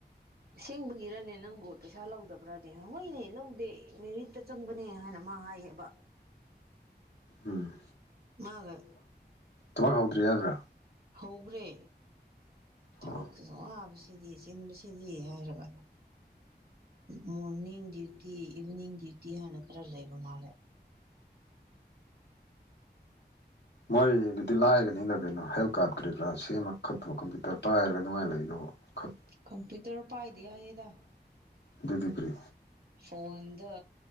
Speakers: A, on the right (about 60°); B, on the left (about 80°).
A: ꯁꯦꯡꯕꯒꯤꯔꯅꯦ ꯅꯪꯕꯨ ꯄꯩꯁꯥ ꯂꯧꯗꯕ꯭ꯔꯅꯦ ꯍꯣꯏꯅꯦ ꯂꯧꯗꯦ ꯃꯦꯔꯤꯠꯇ ꯆꯪꯕꯅꯦ ꯍꯥꯏꯅ ꯃꯥ ꯍꯥꯏꯌꯦꯕ
B: ꯎꯝ
A: ꯃꯥꯒ
B: ꯊꯕꯛ ꯍꯧꯗ꯭ꯔꯤ ꯍꯥꯏꯕ꯭ꯔꯥ
A: ꯍꯧꯈ꯭ꯔꯦ ꯊꯕꯛꯁꯨ
B: ꯑꯣ
A: ꯑꯋꯥꯕꯁꯨ ꯁꯤꯗꯤ ꯆꯤꯟꯕꯁꯤꯗꯤ ꯍꯥꯏꯔꯕ ꯃꯣꯔꯅꯤꯡ ꯗ꯭ꯌꯨꯇꯤ ꯏꯚꯤꯅꯤꯡ ꯗ꯭ꯌꯨꯇꯤ ꯍꯥꯏꯅ ꯈꯔ ꯂꯩꯕ ꯃꯥꯜꯂꯦ
B: ꯃꯣꯏ ꯑꯗꯨꯗꯤ ꯂꯥꯏꯒꯅꯤꯗ ꯀꯩꯅꯣ ꯍꯦꯜꯠ ꯀꯥꯔꯠ ꯀꯔꯤ ꯀꯔꯥ ꯁꯦꯝꯃ ꯈꯛꯇꯣ ꯀꯝꯄ꯭ꯌꯨꯇꯔ ꯄꯥꯏꯔꯒ ꯑꯗꯨꯃꯥꯏꯅ ꯂꯩꯗꯧꯕ ꯈꯠ
A: ꯀꯝꯄ꯭ꯌꯨꯇꯔ ꯄꯥꯏꯗꯦ ꯍꯥꯏꯌꯦꯗ
B: ꯑꯗꯨꯗꯤ ꯀ꯭ꯔꯤ
A: ꯐꯣꯟꯗ